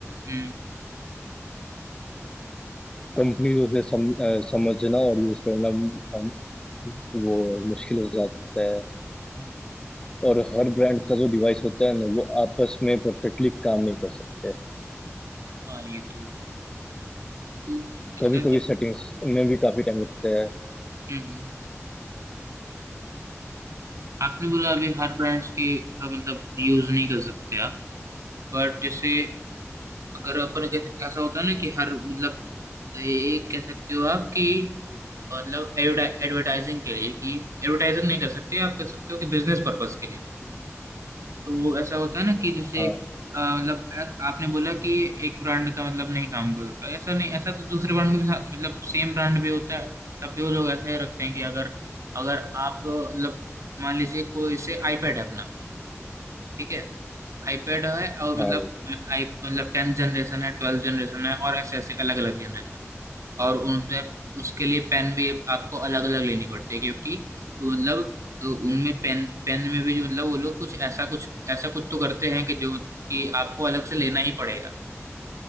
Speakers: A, on the right; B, on the left.
A: हम्म
B: कंपनी उसे सम, अ, समझना और यूज करना अम, वो मुश्किल हो जाता है
A: हम्म,
B: और हर ब्रांड का जो डिवाइस होता है ना वो आपस में परफेक्टली काम नहीं कर सकते
A: हाँ ये तो टू परसेंट
B: कभी कभी सेटिंग्स में भी काफी टाइम लगता है
A: हम्म आपने बोला अभी हर ब्रांड्स की अ, मतलब यूज नहीं कर सकते आप बट जैसे अगर अपन के- ऐसा होता है ना कि हर मतलब एक कह सकते हो आप कि मतलब एडवर्टाइजिंग के लिए कि एडवर्टाइजिंग नहीं कर सकते आप कह सकते हो कि बिजनेस पर्पस के लिए तो वो ऐसा होता है ना कि जैसे
B: हाँ
A: अ, मतलब अ- आपने बोला कि एक ब्रांड का मतलब नहीं काम करता ऐसा नहीं ऐसा तो दूसरे ब्रांड का भी था- मतलब सेम ब्रांड भी होता है तब भी वो लोग ऐसा ही रखते हैं कि अगर अगर आप अ, मतलब मान लीजिए कोई से आईपैड है अपना ठीक है आईपैड है और
B: हाँ
A: मतलब
B: भाई
A: आई मतलब टेंथ जनरेशन है ट्वेल्थ जनरेशन है और ऐसे ऐसे अलग अलग जनरेशन और उन पे उसके लिए पेन भी आपको अलग अलग लेनी पड़ती है क्योंकि मतलब उनमें पेन पेन में भी जो मतलब वो लोग कुछ ऐसा कुछ ऐसा कुछ तो करते हैं कि जो कि आपको अलग से लेना ही पड़ेगा